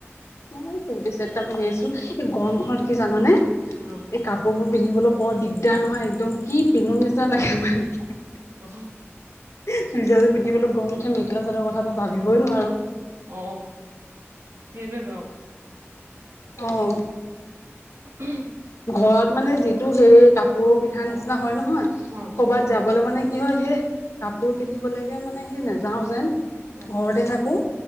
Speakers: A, on the left (about 80°); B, on the right (about 75°).
A: ম কুৰ্তি চেট এটা পিন্ধি আহিছো এই গৰম
B: অ
A: ঘৰত কি জাননে এই
B: অ
A: কাপোৰ বোৰ পিন্ধিবলৈ বৰ দিগদাৰ নহয় একদম কি পিন্ধো নিচিনা লাগে মানে
B: উম
A: চুইজাযোৰ পিন্ধিবলৈ গম উঠে মেখেল চাদৰ কথা এটা ভাবিবই নোৱাৰো
B: অ সেইটোৱেত
A: অঁ
B: <unintelligible>
A: ঘৰত মানে যিটো সেই কাপোৰ পিন্ধাৰ নিচিনা হয় নহয়
B: অ',
A: কৰবাত যাবলে মানে কি হয় সেই কাপোৰ পিন্ধিব লাগে মানে হেই নাযাওঁ যেন
B: অ',
A: ঘৰতে থাকোঁ।